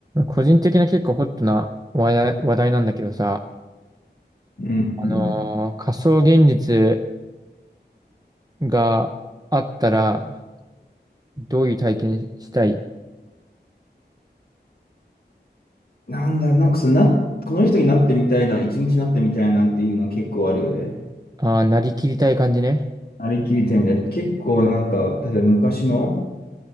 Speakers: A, on the right; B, on the left.
A: 個人的な結構ホットな話題、話題なんだけどさ、
B: うんうん。
A: あのー仮想現実があったら、どういう体験したい
B: なんだろう、なんかそのな、この人になってみたいな、一日になってみたいなっていうのは結構あるよね。
A: ああー、なりきりたい感じね。
B: なりきりたいみたいな。結構なんか、例えば昔の